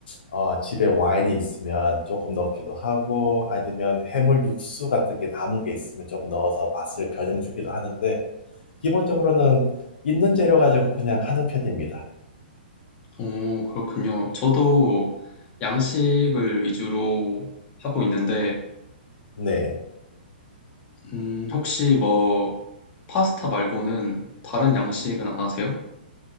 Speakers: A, on the left; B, on the left.
A: 어, 집에 와인이 있으면 조금 넣기도 하고 아니면 해물 육수 같은 게 남은 게 있으면 좀 넣어서 맛을 변형 주기도 하는데 기본적으로는 있는 재료 가지고 그냥 하는 편입니다.
B: 오, 그렇군요. 저도 양식을 위주로 하고 있는데
A: 네.
B: 음, 혹시 뭐 파스타 말고는 다른 양식은 안 하세요?